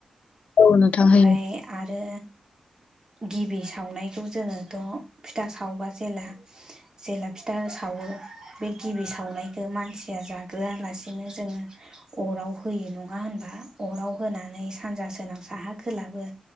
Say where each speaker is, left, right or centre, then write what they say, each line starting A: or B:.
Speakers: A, on the left; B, on the right.
A: औ नोंथां
B: ओमफाय
A: होयो।
B: आरो। गिबि सावनायखौ जोङोथ' फिथा सावबा जेला। जेला फिथा सावो बे गिबि सावनायखो मानसिया जाग्रोआलासेनो जोङो अराव होयो नङा होनबा अराव होनानै सानजा सोनाब साहा खोलाबो